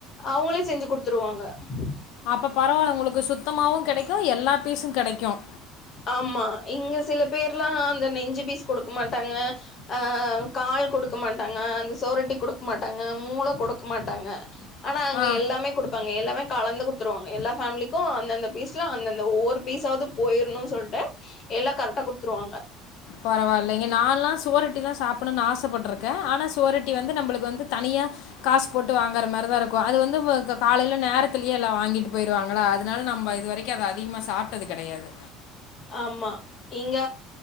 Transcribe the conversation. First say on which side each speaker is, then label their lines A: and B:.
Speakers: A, on the left; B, on the left.
A: அவங்கள செஞ்சு கொடுத்துருவாங்க உ
B: அப்ப பரவாயில்ல உங்களுக்கு சுத்தமாவும் கிடைக்கும் எல்லா பீஸும் கிடைக்கும்
A: ஆமா இங்க சில பேர்லாம் அந்த நெஞ்சு பீஸ் கொடுக்க மாட்டாங்க அஹ் கால் குடுக்க மாட்டாங்க அந்த சோரட்டி குடுக்க மாட்டாங்க மூளை குடுக்க மாட்டாங்க ஆனா அங்க
B: ஆ
A: எல்லாமே குடுப்பாங்க எல்லாமே கலந்து கொடுத்துருவாங்க எல்லா ஃபேமிலிக்கும் அந்தந்த பீஸ் அந்தந்த ஒவ்வரு பீஸாவது போயிரணும் சொல்லிட்டு எல்லாம் கரெக்டா குத்துருவாங்க
B: பரவால்ல இல்லைங்க நான் எல்லாம் சோரட்டி எிலாம் சாப்பிடணும்ன்னனு ஆசைப்பட்டுிருக்கேன் ஆனா சோரட்டி வந்து நம்மளுக்கு வந்து தனியா காசு போட்டு வாங்குற மாதிரிதான் இருக்கும் அது வந்து காலையில நேரத்துிலயே எல்லாம் வாங்கிட்டு போயிருவாங்களா அதனால நம்ம இது வரைக்கும் அதது அதிகமா சாப்பிட்டது கிடையாது
A: ஆமா இங்க